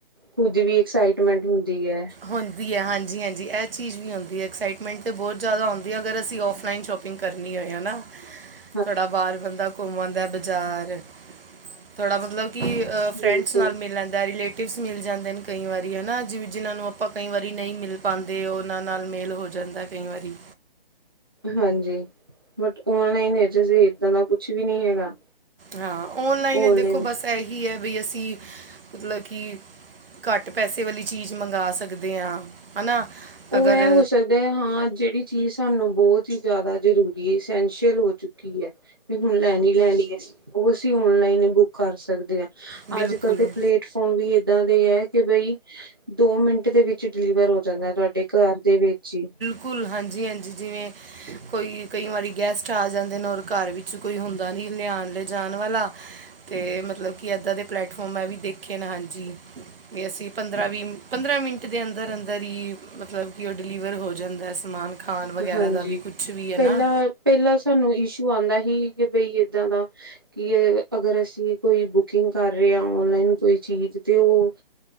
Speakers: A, on the right; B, on the right.
A: ਖੁਦ ਵੀ ਐਕਸਾਈਟਮੈਂਟ ਹੁੰਦੀ ਹੈ
B: ਹੁੰਦੀ ਹੈ ਹਾਂਜੀ- ਹਾਂਜੀ ਇਹ ਚੀਜ਼ ਵੀ ਹੁੰਦੀ ਹੈ ਐਕਸਾਈਟਮੈਂਟ ਬਹੁਤ ਜ਼ਿਆਦਾ ਹੁੰਦੀ ਹੈ ਅਗਰ ਅਸੀਂ ਔਫਲਾਈਨ ਸ਼ੋਪਿੰਗ ਕੁਕਿੰਗ ਕਰਨੀ ਹੋ ਨਾ
A: ਹ
B: ਥੋੜਾ ਬਾਹਰ ਬੰਦਾ ਘੁੰਮਣ ਦਾ ਬਜ਼ਾਰ, ਥੋੜਾ ਮਤਲਬ ਕਿ
A: ਬਿਲਕੁਲ
B: ਫਰੈਂਡਸ ਨਾਲ ਮਿਲ ਲੈਂਦਾ, ਰਿਲੇਟਿਵਸ ਮਿਲ ਜਾਂਦੇ ਨੇ ਕਈ ਵਾਰੀ ਹੈ ਨਾ ਜਿ ਜਿਨ੍ਹਾਂ ਨੂੰ ਆਪ ਆਪਾਂ ਕਈ ਵਾਰੀ ਨਹੀਂ ਮਿਲ ਪਾਉਂਦੇ, ਉਹਨਾਂ ਨਾਲ ਮੇਲ ਹੋ ਜਾਂਦਾ ਕਈ ਵਾਰੀ
A: ਹਾਂਜੀ ਬਟ ਓਨਲਾਈਨਜ ਇਦਾਂ ਦਾ ਕੁਛ ਵੀ ਨਹੀ ਹੈਗਾ
B: ਹਾਂ ਆਨਲਾਈਨ
A: ਓਨਲਾਈਨ
B: ਦੇਖੋ ਬਸ ਇਹੀ ਹੈ ਵੀ ਅਸੀਂ ਮਤਲਬ ਕਿ ਘੱਟ ਪੈਸੇ ਵਾਲੀ ਚੀਜ਼ ਮੰਗਵਾ ਸਕਦੇ ਹਾਂ ਹਨਾ ਅਗਰ
A: ਉਹ ਐ ਹੋ ਸਕਦਾ ਹਾਂ ਜਿਹੜੀ ਚੀਜ਼ ਸਾਨੂੰ ਬਹੁਤ ਹੀ ਜ਼ਿਆਦਾ ਜ਼ਰੂਰੀ ਹੈ ਇਸਸੈਂਸ਼ੀਅਲ ਹੋ ਚੁੱਕੀ ਹੈ। ਹੁਣ ਲੈਣੀ ਲੈ ਲਈਏ ਉਹ ਸੀ ਆਨਲਾਈਨ ਬੁੱਕ ਕਰ ਸਕਦੇ ਆ
B: ਬਿਲਕੁਲ
A: ਅੱਜ ਕੱਲ ਤੇ ਪਲੇਟ ਫੋਰਮ ਵੀ ਏਦਾਂ ਦੇ ਹੈ, ਕਿ ਬਈ ਦੋ ਮਿੰਟ ਦੇ, ਵਿੱਚ ਡਿਲੀਵਰ ਹੋ ਜਾਂਦਾ ਤੁਹਾਡੇ, ਸਾਡੇ ਘਰ ਦੇ ਵਿੱਚ ਹੀ
B: ਕੁਲ ਹਾਂਜੀ- ਹਾਂਜੀ ਜਿਵੇਂ, ਕੋਈ ਕਈ ਵਾਰੀ ਗੈਸਟ ਆ ਜਾਂਦੇ ਨੇ ਔਰ ਘਰ ਵਿੱਚ ਕੋਈ ਹੁੰਦਾ ਨਹੀਂ ਲਿਆਉਣ ਲੈਜਣ ਵਾਲਾ ਤੇ ਮਤਲਬ ਕਿ ਇੱਦਾਂ ਦੇ ਪਲੈਟਫੋਮ ਹੈ ਵੀ ਦੇਖੇ ਨਾ ਹਾਂਜੀ ਵੀ ਅਸੀਂ ਪੰਦਰਾਂ ਵੀਹ ਪੰਦਰਾਂ ਮਿੰਟ ਦੇ ਅੰਦਰ-ਅੰਦਰ ਧ ਹੀ ਮਤਲਬ ਕਿ ਉਹ ਡਿਲੀਵਰ ਹੋ ਜਾਂਦਾ ਸਮਾਨ ਖਾਣ ਵਗੈਰਾ
A: ਹਾਂਜੀ
B: ਦਾ ਵੀ ਕੁਛ ਵੀ ਹੈ
A: ਪਹਿਲਾਂ
B: ਨਾ
A: ਪਹਿਲਾਂ ਸਾਨੂੰ ਇਸ਼ੂ ਆਉਂਦਾ ਸੀ ਕਿ ਬਈ ਏਦਾਂ ਦਾ ਕੀ ਅਗਰ ਅਸੀਂ ਕੋਈ ਬੁਕਿੰਗ ਕਰ ਰਹੇ ਆ ਆਨਲਾਈਨ ਕੋਈ ਚੀਜ਼ ਤੇ ਉਹ